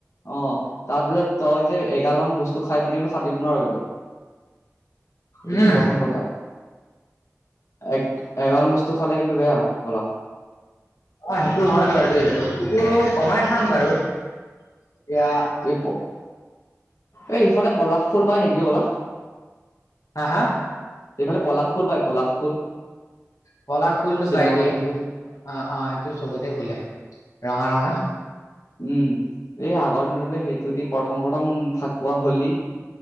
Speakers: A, on the left; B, on the left.
A: অ', তাৰপিছত তই যে এগালমান বস্তু খাই পিনে কিন্তু খাটিব নোৱাৰ কিন্তু। এইটো
B: উম
A: প্ৰথম কথা। এগ-এগাল বস্তু খালে কিন্তু বেয়া বলা।
B: অ', সেইটো হয় বাৰু দেই, বস্তুটো কমাই খাম বাৰু। এতিয়া
A: প <unintelligible> এই ইফালে পলাশ ফুল পাই নেকি বলা?
B: হা হা?
A: এইফালে পলাশ ফুল পায়, পলাশ ফুল?
B: পলাশ ফুলটো
A: শ্বিলঙৰ
B: পাই দেই,
A: ফালে
B: সেইটো অ', অ', সেইটো চবতে ফুলে। ৰঙা ৰঙা।
A: উম এই আগৰ বোলে সেইটো দি প্ৰথম প্ৰথম ফাকোৱা হলি